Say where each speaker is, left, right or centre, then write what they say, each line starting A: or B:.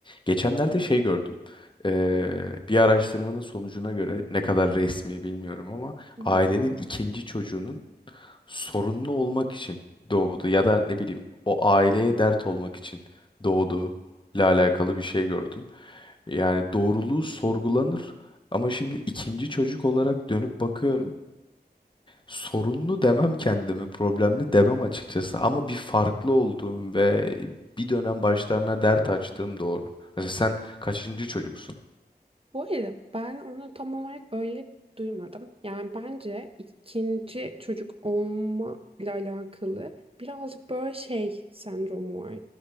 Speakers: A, on the left; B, on the right.
A: Geçenlerde şey gördüm. Ee, bir araştırmanın sonucuna göre ne kadar resmi bilmiyorum ama
B: Hı
A: ailenin
B: hı.
A: ikinci çocuğunun sorunlu olmak için doğdu ya da ne bileyim o aileye dert olmak için doğduğu ile alakalı bir şey gördüm. Yani doğruluğu sorgulanır ama şimdi ikinci çocuk olarak dönüp bakıyorum. Sorunlu demem kendimi, problemli demem açıkçası ama bir farklı olduğum ve bir dönem başlarına dert açtığım doğru. Mesela sen kaçıncı çocuksun?
B: Bu arada ben onu tam olarak öyle duymadım. Yani bence ikinci çocuk olma ile alakalı birazcık böyle şey sendromu var.